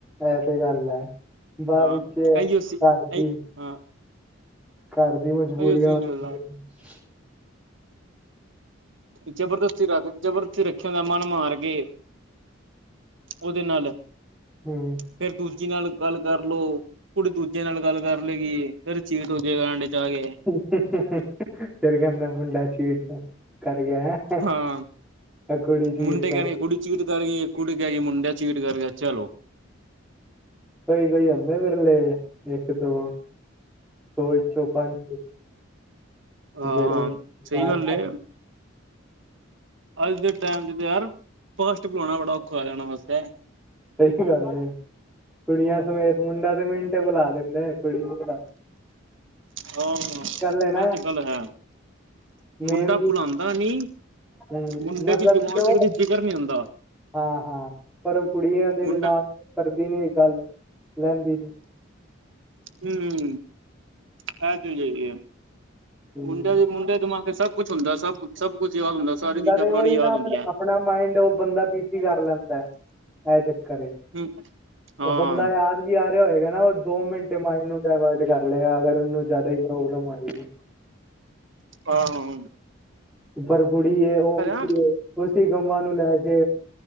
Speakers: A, in the centre; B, on the right.
A: ਇਹ ਤੇ ਗੱਲ ਏ ਬਾਅਦ
B: ਹਾਂ
A: ਵਿੱਚ
B: ਇਹੀਓ ਸੀ
A: ਘਰ
B: ਇਹੀ
A: ਜੀ
B: ਹਾਂ।
A: ਘਰ ਦੀ ਮਜਬੂਰੀਆਂ
B: ਇਹੀਓ ਸੀਨ
A: ਹੁੰਦੀ
B: ਚੱਲਦਾ
A: ਆ।
B: ਜਬਰਦਸਤੀ ਰੱਖ ਜਬਰ 'ਚ ਰੱਖਿਆ ਉਹਦਾ ਮਨ ਮਾਰ ਕੇ। ਉਹਦੇ ਨਾਲ
A: ਹੂੰ
B: ਫਿਰ ਦੂਜੀੇ ਨਾਲ ਗੱਲ ਕਰਲੋ। ਕੁੜੀ ਦੂਜੇ ਨਾਲ ਗੱਲ ਕਰ ਲੈ ਗੀ। ਫਿਰ ਚੀਟ ਹੋਜੇ ਗਾ ਐਂਡ 'ਚ ਆ ਕੇ।
A: ਹਹਹ ਫਿਰ ਕਹਿੰਦੇ ਆ ਮੁੰਡਾ ਚੀਟ ਕਰ ਗਿਆ ਏ ਹੈਂ।
B: ਹਾਂ
A: ਇਹ ਕੁੜੀ ਚੀਟ
B: ਮੁੰਡੇ
A: ਕਰ
B: ਕਹਿਣ
A: ਗਈ
B: ਗੇ ਕੁੜੀ ਚੀਟ ਕਰ ਗਈ ਕੁੜੀ ਕਿਹ ਗਈ ਮੁੰਡਾ ਚੀਟ ਕਰ ਗਿਆ ਚਲੋ।
A: ਕੋਈ-ਕੋਈ ਆਂਦੇ ਆ ਵਿਰਲੇ ਇੱਕ-ਦੋ ਸੌ ਵਿੱਚੋ ਪੰਜ।
B: ਹਾਂ
A: ਜਿਹੜੇ
B: ਹਾਂ ਸਹੀ
A: ਲਾਸਟ
B: ਗੱਲ ਏ। ਅੱਜ ਦੇ ਟੈਮ 'ਚ ਤੇ ਯਾਰ ਫਸਟ ਬਲਾਉਣਾ ਬੜਾ ਔਖਾ ਹੋ ਜਾਣਾ ਵੈਸੇ।
A: ਸਹੀ ਤਾਂ ਗੱਲ ਏ। ਕੁੜੀਆਂ ਸਮੇਤ ਮੁੰਡਾ ਤੇ ਮਿੰਟ ਬੁਲਾ ਲੈਦਾ ਏ। ਕੁੜੀ ਨੂੰ ਬੁਲਾ
B: ਹਾਂ ਹਾਂ
A: ਏ ਨਾ
B: ਇਹ ਤੇ ਗੱਲ ਹੈ।
A: ਮੇਨ
B: ਮੁੰਡਾ
A: ਦੀ
B: ਭੁਲਾਂਦਾ ਨੀ
A: ਹੂੰ
B: ਮੁੰਡੇ
A: ਮਤਲਬ
B: ਦੀ ਜਵਾਨ
A: ਕਿ ਉਹ
B: ਤੇ ਕਦੇ ਜ਼ਿਕਰ ਨੀ ਹੁੰਂਦਾ।
A: ਹਾਂ ਹਾਂ ਪਰ ਕੁੜੀਆਂ ਦੇ
B: ਮੁੰਡਾ
A: ਦਿਮਾਗ ਤੇ ਕਰਦੀ ਨੀ ਇਹ ਗੱਲ ਲੈਂਦੀ ਨੀ।
B: ਹੂੰ ਐ ਚੀਜ ਹੈਗੀ ਆ।
A: ਹੂੰ
B: ਮੁੰਡੇ ਦੇ ਮੁੰਡੇ ਦਿਮਾਗ ਸਭ ਕੁਛ ਹੁੰਦਾ ਸਭ ਕੁਛ ਸਭ ਕੁਛ ਯਾਦ ਹੁੰਦਾ। ਸਾਰੀ ਚੀਜ਼ਾਂ
A: ਤੇ
B: ਪੁਰਾਣੀਆਂ
A: ਉਹੀ ਨਾ
B: ਯਾਦ
A: ਆਪਣੇ
B: ਹੁੰਦੀਆਂ।
A: ਆਪਣਾ ਮਾਇੰਡ ਉਹ ਬੰਦਾ ਬਿਜੀ ਕਰ ਲੈਂਦਾ ਐ। ਇਹ ਚੱਕ ਕਰੇ
B: ਹੂੰ ਹਾਂ
A: ਉਹ ਬੰਦਾ ਯਾਦ ਵੀ ਆ ਰਿਹਾ ਹੋਏਗਾ ਨਾ। ਉਹ ਦੋ ਮਿੰਟੇ ਮਾਇੰਡ ਨੂੰ ਡਾਇਵਰਟ ਕਰ ਲਏਗਾ ਅਗਰ ਉਹਨੂੰ ਜ਼ਿਆਦਾ ਈ ਪ੍ਰੋਬਲਮ ਹੋਏਗੀ।
B: ਹਾਂ ਹਾਂ।
A: ਪਰ ਕੁੜੀ ਏ ਉਹ ਉਸ
B: ਹੂੰ
A: ਉਸੀ ਗਮਾਂ ਨੂੰ ਲੈ ਕੇ